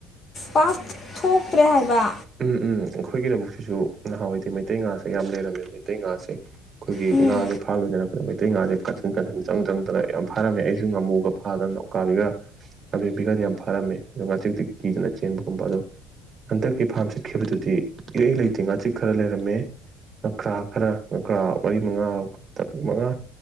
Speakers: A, on the left; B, on the right.
A: ꯄꯥꯛ ꯊꯣꯛꯇ꯭ꯔꯦ ꯍꯥꯏꯕ꯫
B: ꯎꯝ ꯎꯝ ꯑꯩꯈꯣꯏꯒꯤ ꯂꯧꯕꯨꯛꯁꯤꯁꯨ ꯅꯍꯥꯟꯋꯥꯏꯗꯤ ꯃꯩꯇꯩ ꯉꯥꯁꯦ ꯌꯥꯝ ꯂꯩꯔꯝꯃꯦ ꯃꯩꯇꯩ ꯉꯥꯁꯦ ꯑꯩꯈꯣꯏꯒꯤ
A: ꯎꯝ
B: ꯉꯥꯥꯁꯦ ꯐꯥ ꯂꯣꯏꯅꯔꯛꯄꯗ ꯃꯩ ꯇꯩ ꯉꯥꯁꯦ ꯀꯥꯆꯤꯟ ꯀꯥꯆꯤꯟ ꯆꯪ ꯆꯪꯗꯅ ꯌꯥꯝ ꯐꯔꯝꯃꯦ ꯑꯩꯁꯨ ꯉꯥꯃꯨꯒ ꯐꯥꯗꯅ ꯎꯀꯥꯕꯤꯒ ꯉꯥꯕꯤꯕꯤꯒꯗꯤ ꯌꯥꯝ ꯐꯔꯝꯃꯦ ꯑꯗꯣ ꯉꯥꯆꯤꯛꯇꯤ ꯀꯤꯗꯅ ꯆꯦꯟꯕꯒꯨꯝꯕ ꯑꯗꯣ ꯀꯤ ꯐꯥꯝ ꯁꯤꯠꯈꯤꯕꯗꯨꯗꯤ ꯏꯔꯩ ꯂꯩꯇꯦ ꯉꯥꯆꯤꯛ ꯈꯔ ꯂꯩꯔꯝꯃꯦ ꯅꯀ꯭ꯔꯥ ꯈꯔ ꯅꯀ꯭ꯔꯥ ꯃꯔꯤ ꯃꯉꯥ ꯇꯛ ꯃꯉꯥ